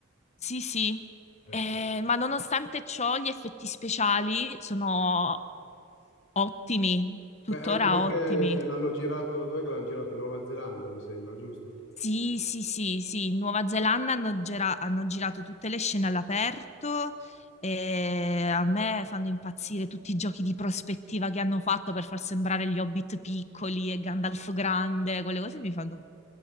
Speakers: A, on the left; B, on the left.
A: Sì, sì. Eh,
B: Eh,
A: ma nonostante ciò, gli effetti speciali sono ottimi, tuttora
B: Beh, anche perché
A: ottimi.
B: l'hanno girato... Dov'è che l'hanno girato? In Nuova Zelanda, mi sembra, giusto?
A: Sì, sì, sì, sì. In Nuova Zelanda hanno, gira- hanno girato tutte le scene all'aperto e a me fanno impazzire tutti i giochi di prospettiva che hanno fatto per far sembrare gli Hobbit piccoli e Gandalf grande. Quelle cose mi fanno